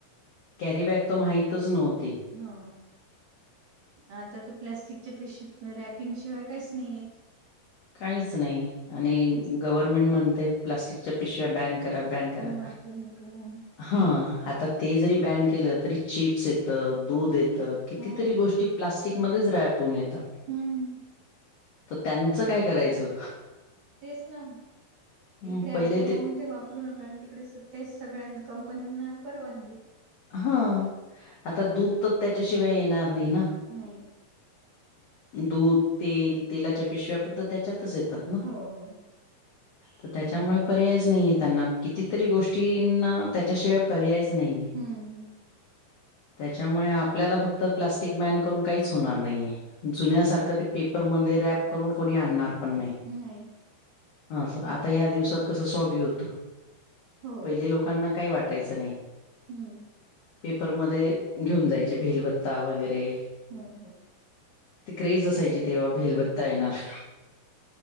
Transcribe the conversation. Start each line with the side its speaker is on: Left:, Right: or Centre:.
Left: कॅरीबॅग त माहितच नव्हती.
Right: हा. आता तर प्लॅस्टिकच्या पिश रॅपिंग शिवाय काहीच नाहीएत.
Left: काहीच नाही आणि गव्हर्नमेंट म्हणते प्लास्टिक च्या पिशिव्या बॅन करा बॅन करा.
Right: वापरू नका आणि
Left: हा, आता ते जरी बॅन केलं तरी चिप्स येतं, दूध येत. कितीतरी
Right: हो
Left: गोष्टी
Right: ना
Left: प्लास्टिकमध्येच रॅप होऊन येतात
Right: हम्म
Left: तर त्यां त्यांचं काय करायचं.
Right: तेच ना
Left: मग
Right: इकडे
Left: पहिले
Right: आपल्याला ते वापर रु नका आणि तिकडे ते सगळ्यां कंपन्यांना परवानगी.
Left: हा आता दूध तर त्याच्याशिवाय येणार नाही ना.
Right: नाही
Left: दूध, तेल तेलाच्या पिशव्या पण तर त्याच्यातच येतात. ना.
Right: हो हो.
Left: तर त्याच्यामुळे पर्यायच नाहीय त्यांना कितीतरी गोष्टींना त्याच्याशिवाय पर्याय नाही आहे
Right: हम्म हम्म
Left: त्याच्यामुळे आपल्याला फक्त प्लास्टिक बॅन करून काहीच होणार नाहीये. जुन्यासारखं ते पेपरमध्ये रॅप करून कोणी आणणार पण नाही.
Right: नाही
Left: ह आता या दिवसात कस स्वागी होत.
Right: हो
Left: पहिले लोक लोकांना काही वाटायचं नाही.
Right: हम्म
Left: पेपरमध्ये घेऊन जायचे भेलभत्ता वगैरे.
Right: हम्म हम्.
Left: ती क्रेज असायची तेव्हा भेलबत्ता येणार.